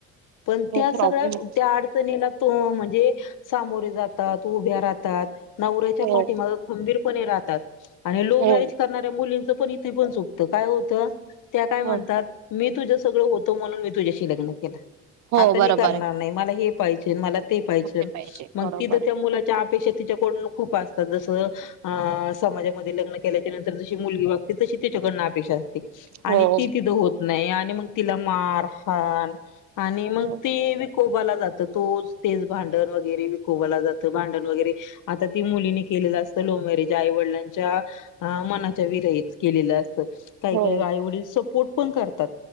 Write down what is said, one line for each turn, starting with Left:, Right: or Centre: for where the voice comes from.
Left: पण
Right: खूप
Left: त्या
Right: प्रॉब्लेम
Left: सगळ्या, त्या अड नेला तो मन <unintelligible> जे सामोरे जातात उभ्या राहतात. नवऱ्याच्या
Right: हो
Left: पाठी माग खंबीरपणे रात तात आणि लव्ह
Right: हो
Left: मॅरेज करणाऱ्या मुलींचं पण इथे पण चूक त काय होतं त्या काय म्हणतात
Right: हो
Left: मी तुझ्या सो सगळं होत म्हणून मी तुझ्याशी लग्न केल.
Right: हो
Left: आता
Right: बरोबर
Left: मी करणार
Right: आहे
Left: नाय मला हे पहिजे मला ते पाहिजेल
Right: मग पाहिजे
Left: मंग
Right: बरोबर
Left: तिथ
Right: आहे
Left: त्या मुलाच्या अपेक्षा तिच्याकडून खूप अस जसं अ समाजामध्ये लग्न केल्याच्या नंतर जशी मुलगी वागते तशी त्याच्याकडनं अपेक्षा अस
Right: हो
Left: आणि ती तिद होत नाही आणि मंग तिला मार हान आणि मंग
Right: हो
Left: ती बी खूप बला जात तो तेज भांडण वर <unintelligible> भांडण वगैरे आता ती मुलींनी केलेलं असतं लव्ह मरेज आईवडलांच्या मना च्या विरहित केलेलं असत काही
Right: हो
Left: काही आई वडील सग पण करतात.